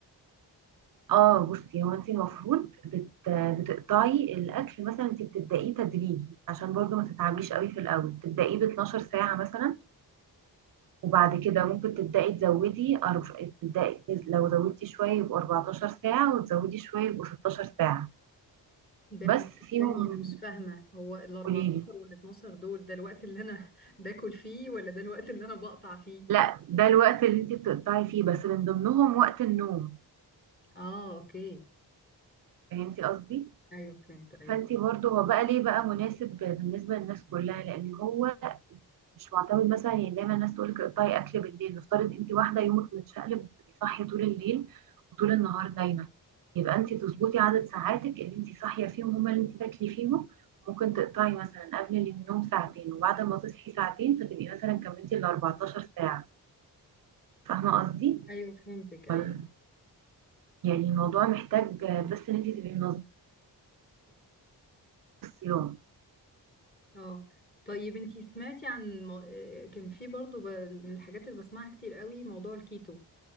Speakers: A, on the right (about 50°); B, on the left (about 20°).
A: اه بصي هو انت المفروض بت... بتقطعي الاكل مثلا انت بتبدأيه تدريجي عشان برضو ما تتعبيش قوي في الاول تبدأيه ب 12 ساعة مثلا وبعد كده ممكن تبدأي تزودي أرب... تبدأي تز- لو زودتي شوية يبقوا 14 ساعة وتزودي شوية يبقوا 16 ساعة
B: ده
A: بس فيهم
B: تاني انا مش فاهمه هو ال 14
A: قوليلي
B: وال 12 دول ده الوقت اللي انا <laughs> باكل فيه ولا ده الوقت اللي انا بقطع فيه
A: لا ده الوقت اللي انت بتقطعي فيه بس من ضمنهم وقت النوم
B: اه اوكي
A: فهمتي قصدي؟
B: ايوه فهمت ايوه
A: فانت
B: فهمت.
A: برضو هو بقى ليه بقى مناسب بالنسبة للناس كلها لان هو مش معتمد مثلا يعني دايما الناس تقول لك اقطعي اكل بالليل نفترض انت واحده يومك متشقلب وبتبقي صاحيه طول الليل وطول النهار نايمه يبقى انت تظبطي عدد ساعاتك اللي انت صاحيه فيهم هما اللي انت تاكلي فيهم ممكن تقطعي مثلا قبل النوم ساعتين وبعد ما تصحي ساعتين فتبقي مثلا كملتي ال 14 ساعه فاهمه قصدي؟
B: ايوه فهمتك ايوه
A: ولا- يعني الموضوع محتاج بس ان انت تبقي منظمه الصيام
B: اه طيب انتي سمعتي عن مو- آه، كان في برضو ب... من الحاجات اللي بسمعها كتير قوي موضوع الكيتو